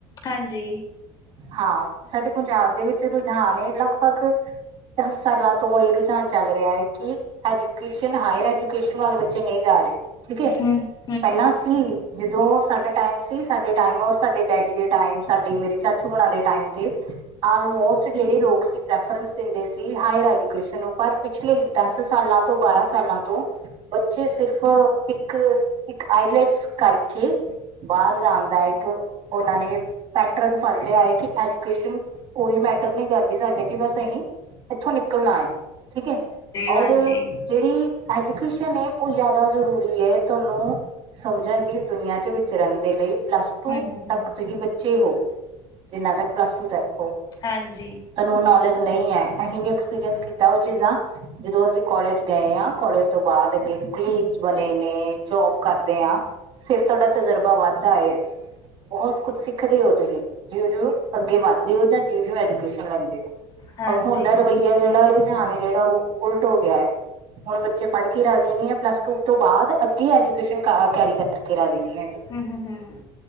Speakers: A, on the left; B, on the right.
A: ਹਾਂਜੀ।
B: 'ਹਾਂ ਸਾਡੇ ਪੰਜਾਬ ਦੇ ਵਿੱਚ ਰੁਝਾਨ ਨੇ ਲਗਭਗ ਦਸ ਸਾਲਾਂ ਤੋਂ ਏ ਰੁਝਾਨ ਚੱਲ ਰਯਾ ਐ ਕਿ ਅੱਜ <unintelligible> ਹਾਇਰ ਐਜੂਕੇਸ਼ਨ ਵੱਲ ਬੱਚੇ ਨੀ ਜਾ ਰੇ, ਠੀਕ ਐ
A: ਹਾਂਜੀ
B: ਪੈਲਾਂ ਸੀ। ਜਦੋਂ ਸਾਡਾ ਟਾਈਮ ਸੀ, ਸਾਡੇ ਟਾਈਮ ਔਰ ਸਾਡੇ ਡੈਡੀ ਦੇ ਟਾਈਮ, ਸਾਡੇ ਮੇਰੇ ਚਾਚੂ ਹੁਣਾ ਦੇ ਟਾਈਮ 'ਤੇ ਆਲਮੋਸਟ ਜੇੜੇ ਲੋਕ ਸੀ ਰੈਫਰੈਂਸ ਦਿੰਦੇ ਸੀ, ਹਾਇਰ ਐਜੂਕੇਸ਼ਨ ਨੂੰ, ਪਰ ਪਿਛਲੇ ਦਸ ਸਾਲਾਂ ਤੋਂ, ਬਾਰਾਂ ਸਾਲਾਂ ਤੋਂ ਬੱਚੇ ਸਿਰਫ ਇੱਕ, ਇੱਕ ਆਈਲੈਟਸ ਕਰਕੇ ਬਾਰ ਜਾਨ ਦਾ ਇੱਕ ਓਨਾਂ ਨੇ ਪੈਟਰਨ ਫੜ ਲਯਾ ਐ ਕਿ ਐਜੂਕੇਸ਼ਨ ਕੋਈ ਮੈ ਟਰ ਨਈ ਕਰਦੀ ਸਾਡੇ ਲਈ ਬਸ ਅਹੀ ਐਥੋਂ ਨਿਕਲਨਾ ਆਏ ਠੀਕ ਐ ਔਰ
A: ਹਾਂਜੀ
B: ਜੇੜੀ ਐਜੂਕੇਸ਼ਨ ਏ ਓ ਜਾਦਾ ਜ਼ਰੂਰੀ ਏ, ਤੁਆਨੂੰ ਸਮਝਣ ਦੀ, ਦੁਨੀਆਂ 'ਚ ਵਿਚਰਨ ਦੇ ਲਈ, ਪਲਸ ਟੂ
A: ਹੂੰ
B: ਤੱਕ ਤੁਸੀਂ ਬੱਚੇ ਹੋ, ਜਿੰਨਾ ਤੱਕ ਪਲੱਸ ਟੂ ਤੱਕ ਹੋ।
A: ਹਾਂਜੀ
B: ਤਾਨੂੰ ਨੌਲੇਜ ਨਈ ਐ, ਅਸੀਂ ਵੀ ਐਕਸਪੀਰੀਅੰਸ ਕੀਤਾ ਓ ਚੀਜ਼ਾਂ ਜਦੋਂ ਅਸੀਂ ਕਾਲਜ ਗਏ ਆਂ, ਕੋਲਜ- ਤੋਂ ਬਾਦ ਅੱਗੇ ਕੁਲੀਗਸ ਬਨੇ ਨੇ। ਜੋਬ ਕਰਦੇ ਆਂ ਫਿਰ ਤੁਆਡਾ ਤਜਰਬਾ ਵੱਧਦਾ ਏ। ਬੋਹਤ ਕੁਛ ਸਿੱਖਦੇ ਓ ਤੁਸੀ। ਜ਼ਿਓਂ-ਜਿਓਂ ਅੱਗੇ ਵੱਧਦੇ ਓ ਜਾਂ ਜਿਓਂ-ਜਿਓਂ ਐਜੂਕੇਸ਼ਨ ਲੈਂਦੇ ਓ
A: ਹਾਂਜੀ
B: ਔਰ ਹੁੰਨਦਾ ਰਵੱਈਆ- ਯਾ ਜੇੜਾ ਰੁਝਾਨ ਏ ਜੇੜਾ ਓ ਉਲਟ ਓ ਗਯਾ ਐ। ਹੁਣ ਬੱਚੇ ਪੜ੍ਹ ਕੇ ਰਾਜ਼ੀ ਨੀ ਐ ਪਲੱਸ ਟੂ ਤੋਂ ਬਾਦ ਅੱਗੇ ਐਜੂਕੇਸ਼ਨ ਕਰ ਕੈਰੀ ਕਰਕੇ ਰਾਜ਼ੀ ਨੀ ਹੈਗੇ।
A: ਹੂੰ, ਹੂੰ, ਹੂੰ,